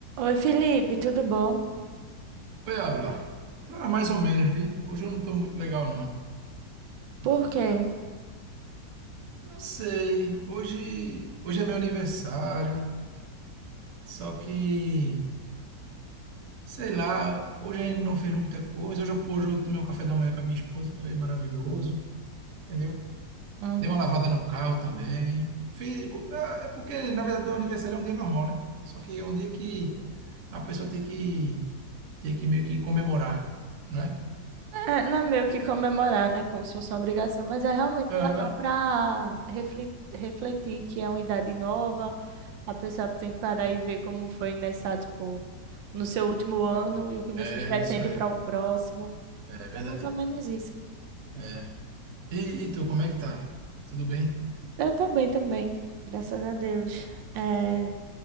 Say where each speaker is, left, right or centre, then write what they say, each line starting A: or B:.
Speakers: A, on the right; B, on the right.
A: Oi, Felipe, tudo bom?
B: Oi, Ávila. Tá mais ou menos, vi. Hoje eu não tô muito legal, não.
A: Por quê?
B: Não sei. Hoje, hoje é meu aniversário. Só que, sei lá, hoje a gente não fez muita coisa. Hoje, eu- hoje eu tomei um café da manhã com a minha esposa, que foi maravilhoso, entendeu?
A: Uhum.
B: Dei uma lavada no carro também. Fiz, é porque, na verdade, o aniversário é um dia normal, né? Só que é um dia que a pessoa tem que, tem que meio que comemorar, né?
A: É, não é meio que comemorar, né? Como se fosse uma obrigação, mas é realmente parar
B: Aham.
A: para refletir, refletir que é uma idade nova, a pessoa tem que parar e ver como foi nessa, tipo, no seu último ano e o que você
B: É,
A: pretende
B: isso é.
A: para o próximo.
B: É
A: É
B: verdade.
A: mais ou menos isso.
B: É. E, e tu, como é que tá? Tudo bem?
A: Eu tô bem também, graças a Deus. É,